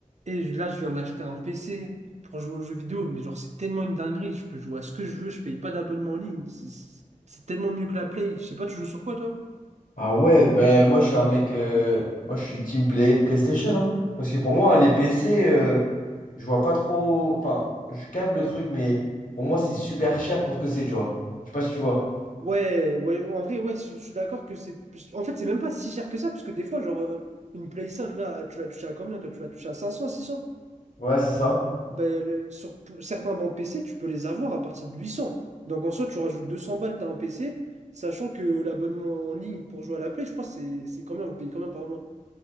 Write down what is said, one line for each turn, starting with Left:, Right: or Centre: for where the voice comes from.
Right: Et je- là, je viens d'acheter un PC pour jouer aux jeux vidéo, mais genre, c'est tellement une dinguerie. Je peux jouer à ce que je veux, je paye pas d'abonnement en ligne. C'est c'est- c'est tellement mieux que la Play. Je sais pas, tu joues sur quoi, toi?
Left: Ah ouais, ben moi je suis un mec, euh, moi je suis team play, PlayStation, hein. parce que pour moi les PC, euh, je vois pas trop, enfin je capte le truc, mais pour moi c'est super cher pour ce que c'est, tu vois. Je sais pas si tu vois.
Right: Ouais, ouais, en vrai, ouais, je je suis d'accord que c'est. plus- En fait, c'est même pas si cher que ça, parce que des fois, genre, euh, une Play 5, là, tu l'as touché à combien? Toi, tu l'as touché à 500, 600?
Left: Ouais, c'est ça.
Right: Ben, le- sur p- certains bons PC, tu peux les avoir à partir de 800. Donc, en soi, tu rajoutes 200 balles, t'as un PC, sachant que l'abonnement en ligne pour jouer à la Play, je crois, c'est c'est combien? Vous payez combien par mois?